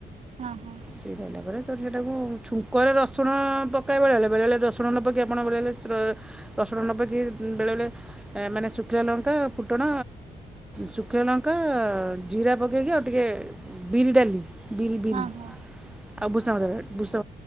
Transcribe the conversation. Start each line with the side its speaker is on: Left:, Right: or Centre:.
Right: ହଁ ହଁ
Centre: ସିଝିଲା ପରେ ତୁ ପରେ ସେଇଟାକୁ ଛୁଙ୍କରେ ରସୁଣ ପକାଇବା ବେଳେ ହେଲେ ବେଳେ ଆପଣ ହେଳେ ରସୁଣ ନ ପକାଇ ଆପଣ ବେଳେ ବେଳେ ରସୁଣ ନେବେକି ବେଳେବେଳେ ମାନେ ଶୁଖିଲା ଲଙ୍କା ଫୁଟଣ ଶୁ ଶୁଖିଲା ଲଙ୍କା ଜିରା ପକେଇକି ଆଉ ଟିକେ ବିରି ଡାଲି ବିରି ବିରି
Right: ହଁ ହଁ ହଁ ହଁ ହଁ
Centre: ଆଉ ଭୁଷା ଭୁଷା